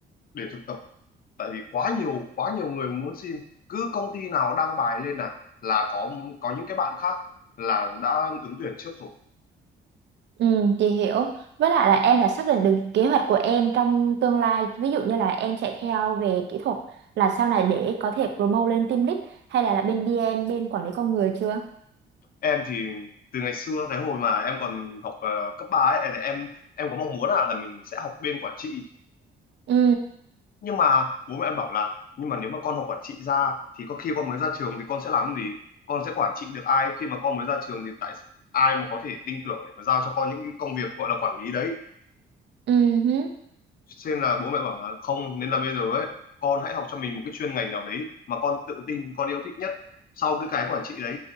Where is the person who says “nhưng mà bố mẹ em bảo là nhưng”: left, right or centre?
Left